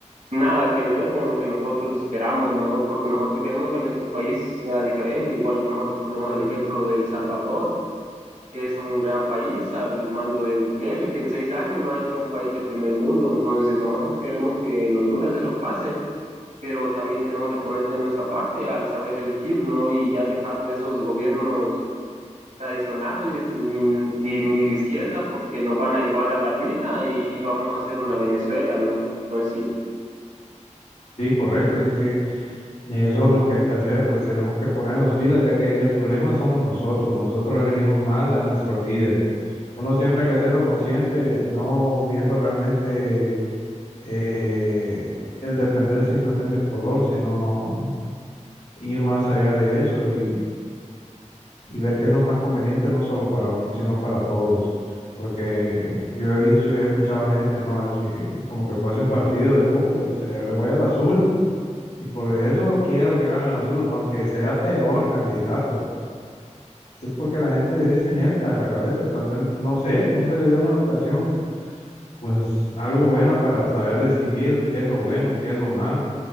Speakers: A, on the right (about 80°); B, on the left (about 80°).
A: nada que ver con lo que nosotros esperamos, ¿no? Porque nosotros queremos que nuestro país sea diferente, igual nosotros tenemos el ejemplo de El Salvador, que es un gran país al mando de Bukele, que en seis años lo ha hecho un país de primer mundo. Entonces nosotros queremos que en Honduras eso pase, pero también tenemos que poner de nuestra parte al saber elegir, ¿no? Y ya dejar de esos gobiernos tradicionales ni, ni, ni de izquierda porque nos van a llevar a la ruina y, y vamos a hacer una Venezuela, ¿no? Entonces Sí,
B: sí, correcto. Así que eso es lo que hay que hacer, pues tenemos que ponernos pilas, ya que el problema somos nosotros. Nosotros elegimos mal a nuestros líderes. Uno siempre hay que hacerlo consciente, no viendo realmente eh, el defender simplemente un color, sino ir más allá de eso y y ver qué es lo más conveniente, no solo para uno, sino para todos. Porque yo he visto y he escuchado gente, ¿no? Es que como que fuese un partido de fútbol, o sea, yo le voy al azul y por eso quiero que gane el azul, aunque sea peor candidato. Es porque la gente es inepta de la cabeza, tal vez, no sé, no se le dio una educación, pues algo buena para saber distinguir qué es lo bueno, qué es lo malo.